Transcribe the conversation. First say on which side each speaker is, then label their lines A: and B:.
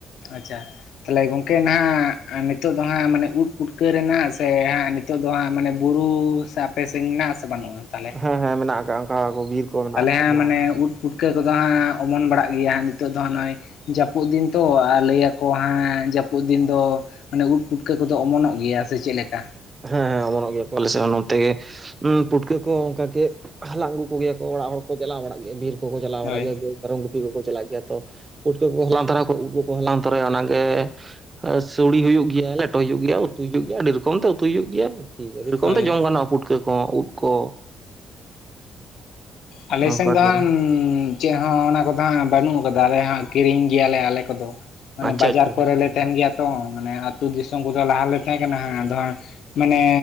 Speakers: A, on the left (about 75°); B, on the right (about 25°).
A: ᱟᱪᱪᱷᱟ ᱛᱟᱞᱦᱮ ᱜᱚᱝᱠᱮ ᱱᱟᱦᱟᱜ ᱱᱤᱛᱚᱜ ᱫᱚ ᱦᱟᱸᱜ ᱢᱟᱱᱮ ᱩᱫ ᱯᱩᱴᱠᱟᱹ ᱨᱮᱱᱟᱜ ᱥᱮ ᱦᱟᱸᱜ ᱱᱤᱛᱚᱜ ᱫᱚ ᱦᱟᱸᱜ ᱢᱟᱱᱮ ᱵᱩᱨᱩ ᱥᱮ ᱟᱯᱮ ᱥᱮᱫ ᱢᱮᱱᱟᱜᱼᱟ ᱥᱮ ᱵᱟᱹᱱᱩᱜᱼᱟ ᱛᱟᱞᱦᱮ?
B: ᱦᱮᱸ ᱦᱮᱸ ᱢᱮᱱᱟᱜ ᱟᱠᱟᱜ ᱚᱱᱠᱟ ᱠᱚ ᱵᱤᱨ ᱠᱚ ᱢᱮᱱᱟᱜ ᱟᱠᱟᱫ
A: ᱦᱟᱸᱜ
B: ᱜᱮᱭᱟ
A: ᱢᱟᱱᱮ
B: ᱠᱚ
A: ᱩᱫ ᱯᱩᱴᱠᱟᱹ ᱠᱚᱫᱚ ᱦᱟᱸᱜ ᱚᱢᱚᱱ ᱵᱟᱲᱟᱜ ᱜᱮᱭᱟ ᱦᱟᱸᱜ ᱱᱤᱛᱚᱜ ᱫᱚ ᱦᱟᱸᱜ ᱱᱚᱜᱼᱚᱭ ᱡᱟᱹᱯᱩᱫ ᱫᱤᱱ ᱛᱚ ᱟᱨ ᱞᱟᱹᱭ ᱟᱠᱚ ᱦᱟᱸᱜ ᱡᱟᱹᱯᱩᱫ ᱫᱤᱱ ᱫᱚ ᱢᱟᱱᱮ ᱩᱫ ᱯᱩᱴᱠᱟᱹ ᱠᱚᱫᱚ ᱚᱢᱚᱱᱚᱜ ᱜᱮᱭᱟ ᱥᱮ ᱪᱮᱫ ᱞᱮᱠᱟ
B: ᱦᱮᱸ ᱦᱮᱸ ᱚᱢᱚᱱᱚᱜ ᱜᱮᱭᱟ ᱠᱚ ᱟᱞᱮ ᱥᱮᱫ ᱱᱚᱛᱮ ᱜᱮ ᱯᱩᱴᱠᱟᱹ ᱠᱚ ᱚᱱᱠᱟ ᱜᱮ ᱦᱟᱞᱟᱝ ᱟᱹᱜᱩ ᱠᱚ ᱜᱮᱭᱟᱠᱚ ᱚᱲᱟᱜ ᱦᱚᱲ ᱠᱚ ᱪᱟᱞᱟᱣ ᱵᱟᱲᱟᱜ ᱜᱮᱭᱟ ᱵᱤᱨ ᱠᱚᱠᱚ ᱪᱟᱞᱟᱣ
A: ᱦᱳᱭ
B: ᱵᱟᱲᱟᱜ ᱜᱮᱭᱟ ᱜᱟᱹᱭ ᱢᱮᱨᱚᱢ ᱜᱩᱯᱤ ᱠᱚᱠᱚ ᱪᱟᱞᱟᱜ ᱜᱮᱭᱟ ᱛᱚ ᱯᱩᱴᱠᱟᱹ ᱠᱚᱠᱚ ᱦᱟᱞᱟᱝ ᱛᱚᱨᱟᱭᱟ ᱩᱫ ᱠᱚᱠᱚ ᱦᱟᱞᱟᱝ ᱛᱚᱨᱟᱭᱟ ᱚᱱᱟᱜᱮ ᱟ ᱥᱩᱲᱤ ᱦᱩᱭᱩᱜ ᱜᱮᱭᱟ ᱞᱮᱴᱚ ᱦᱩᱭᱩᱜ ᱜᱮᱭᱟ ᱩᱛᱩ ᱦᱩᱭᱩᱜ ᱜᱮᱭᱟ ᱟᱹᱰᱤ ᱨᱚᱠᱚᱢ ᱛᱮ ᱩᱛᱩ ᱦᱩᱭᱩᱜ ᱜᱮᱭᱟ ᱟᱨᱠᱤ ᱟᱹᱰᱤ ᱨᱚᱠᱚᱢ
A: ᱦᱳᱭ
B: ᱛᱮ ᱡᱚᱢ ᱜᱟᱱᱚᱜᱼᱟ ᱯᱩᱴᱠᱟᱹ ᱠᱚ ᱩᱫ ᱠᱚ
A: ᱟᱞᱮ
B: ᱚᱱᱠᱟ
A: ᱥᱮᱱ ᱫᱚ
B: ᱜᱮ
A: ᱦᱟᱝᱻ ᱪᱮᱫ ᱦᱚᱸ ᱚᱱᱟ ᱠᱚᱫᱚ ᱦᱟᱸᱜ ᱵᱟᱹᱱᱩᱜ ᱠᱟᱫᱟ ᱟᱞᱮ ᱦᱟᱸᱜ ᱠᱤᱨᱤᱧ ᱜᱮᱭᱟᱞᱮ ᱟᱞᱮ ᱠᱚᱫᱚ ᱢᱟᱱᱮ
B: ᱟᱪᱪᱷᱟ
A: ᱵᱟᱡᱟᱨ
B: ᱟᱪᱪᱷᱟ
A: ᱠᱚᱨᱮ ᱞᱮ ᱛᱟᱦᱮᱱ ᱜᱮᱭᱟ ᱛᱚ ᱢᱟᱱᱮ ᱟᱹᱛᱩ ᱫᱤᱥᱚᱢ ᱠᱚᱫᱚ ᱞᱟᱦᱟ ᱨᱮᱞᱮ ᱛᱟᱦᱮᱸ ᱠᱟᱱᱟ ᱟᱫᱚ ᱦᱟᱸᱜᱼᱼ ᱢᱟᱱᱮ